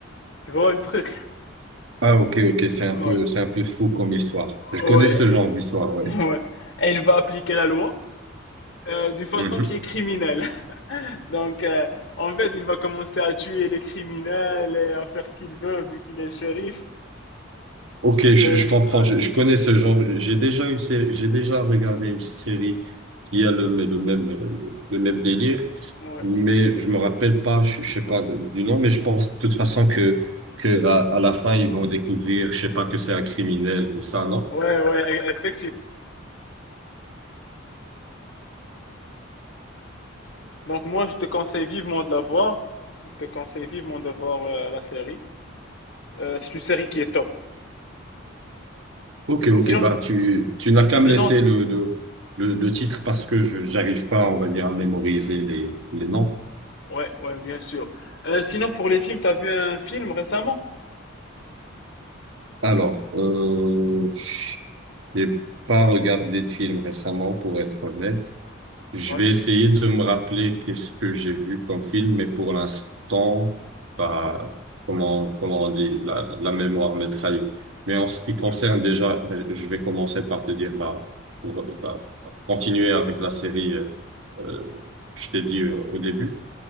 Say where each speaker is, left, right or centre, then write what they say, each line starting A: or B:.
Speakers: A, on the left; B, on the right.
A: Tu vois le truc?
B: Ah, ok, ok, c'est
A: Ouais,
B: un peu, c'est un peu fou comme histoire. Je
A: ouais,
B: connais ce genre d'histoire, ouais.
A: <laughs> ouais. Et il va appliquer la loi. euh, d'une façon
B: Mhm.
A: qui est criminelle. <laughs> Donc, euh, en fait, il va commencer à tuer les criminels et à faire ce qu'il veut vu qu'il est shérif.
B: Ok,
A: Euh,
B: je, je comprends,
A: ouais,
B: je, je connais ce genre. J'ai déjà une série, j'ai déjà regardé une série qui a le, le même, le même délire,
A: ouais,
B: mais je me rappelle pas, je, je sais pas de- du nom, mais je pense de toute façon que, que à, à la fin ils vont découvrir, je sais pas que c'est un criminel, tout ça, non?
A: ouais, ouais, e- effectivement. Donc, moi, je te conseille vivement de la voir. Je te conseille vivement de voir euh, la série. Euh, c'est une série qui est top.
B: Ok, ok,
A: Sinon,
B: bah tu, tu n'as qu'à
A: sinon,
B: me laisser le, le, le, le titre parce que je j'arrive pas, on va dire, à mémoriser les, les noms.
A: ouais, ouais, bien sûr. Euh, sinon, pour les films, t'as vu un film récemment?
B: Alors, euh, j'ai pas regardé de film récemment, pour être honnête. Je
A: Ouais,
B: vais essayer de me rappeler qu'est-ce que j'ai vu comme film, mais pour l'instant, bah, comment, comment on dit, la, la mémoire me trahit. Mais en ce qui concerne
A: ouais,
B: déjà, bah, je vais commencer par te dire, bah, pour bah, continuer avec la série, euh, euh, je t'ai dit euh, au début,